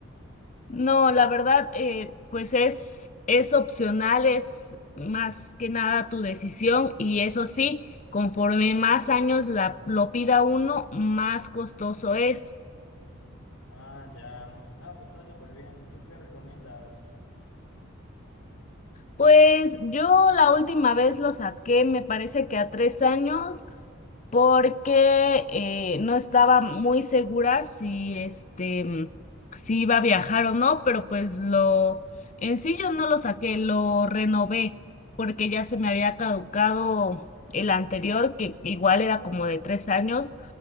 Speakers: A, on the left; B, on the left.
A: No, la verdad, eh, pues es, es opcional, es más que nada tu decisión y eso sí, conforme más años la, lo pida uno, más costoso es.
B: Ah, ya. Ah, pues está súper bien. ¿Y tú qué recomiendas?
A: Pues yo la última vez lo saqué, me parece que a tres años, porque eh, no estaba muy segura si este mm, si iba a viajar o no, pero pues lo en sí yo no lo saqué, lo renové porque ya se me había caducado el anterior, que igual era como de tres años.